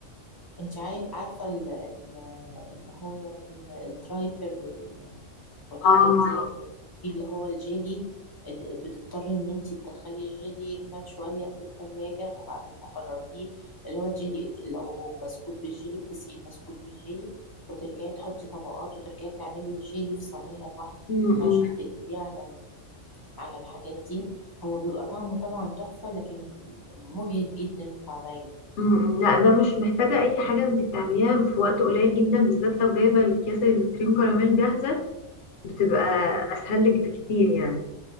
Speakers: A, on the left; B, on the left.
A: انت عاي- عارفة ال- ال- اللي هو ال- الترايفل وال- والحاجات
B: اه
A: دي يعني في اللي هو الجيلي اد- بتضطري ان انت تدخلي الجيلي يجمد شوية في التلاجة وبعدين تخرجيه اللي هو الجيلي لو بسكوت بالجيلي بتسقي البسكوت بالجيلي وترجعي تحطي طبقات وترجعي تعملي الجيلي في صينية لوحده
B: م- م-
A: عشان تقلبيه على ال- على الحاجات دي هو بيبقى طعمه طبعا تحفة لكن مجهد جدا في عمايله يعني
B: م- م. لا ده مش محتاجة اي حاجة انت بتعمليها في وقت قليل جدا بالذات لو جايبة الكيس الكريم كراميل جاهزة بتبقى
A: مم.
B: اسهل لك بكتير يعني